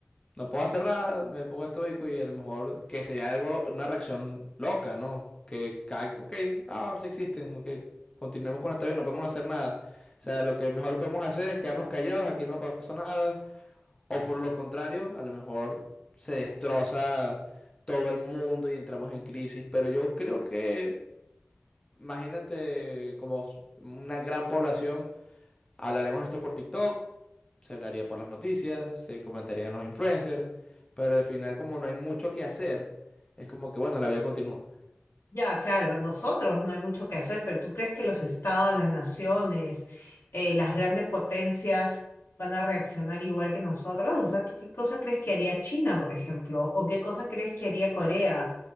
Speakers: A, on the left; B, on the left.
A: no puedo hacer nada, me pongo estoico y a lo mejor que sería algo, una reacción loca, ¿no? Que cae, ok, ah, sí existen, ok, continuemos con nuestra vida, no podemos hacer nada. O sea, lo que mejor podemos hacer es quedarnos callados, aquí no pasó nada o por lo contrario, a lo mejor se destroza todo el mundo y entramos en crisis. Pero yo creo que, imagínate, como s- una gran población, hablaremos esto por TikTok, se hablaría por las noticias, se comentarían los influencers, pero al final, como no hay mucho que hacer, es como que, bueno, la vida continúa.
B: Ya, claro, nosotros no hay mucho que hacer, pero ¿tú crees que los estados, las naciones, eh, las grandes potencias van a reaccionar igual que nosotros? O sea, ¿tú qué cosa crees que haría China, por ejemplo? ¿O qué cosa crees que haría Corea?